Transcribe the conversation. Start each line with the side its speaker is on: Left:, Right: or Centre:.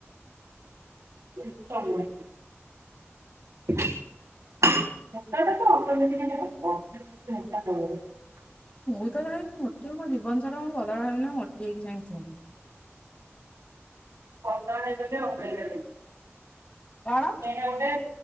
Right: <unintelligible> <unintelligible>
Left: ମୁଁ ତ ଭାଇ ମୋଟି ମୋ ଜୀବନ ସାରା ମୁଁ ବଦଳ ହେବି ନା ମୋଟି ହେଇକି ସେମିତି ଥିବି।
Right: ଖଟା ନାହିଁ ବୋଲି ଅବାଗିଆ ଲାଗୁଚି।
Left: କଣ?
Right: ହେଟା ଗୋଟେ